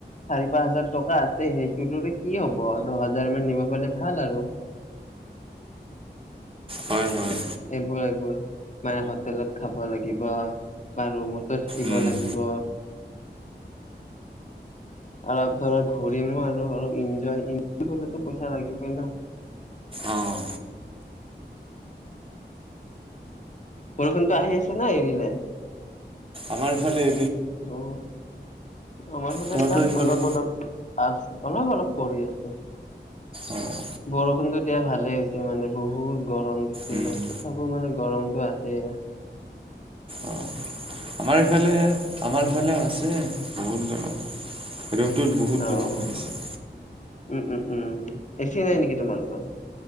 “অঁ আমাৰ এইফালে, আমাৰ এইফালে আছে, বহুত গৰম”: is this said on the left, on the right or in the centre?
Right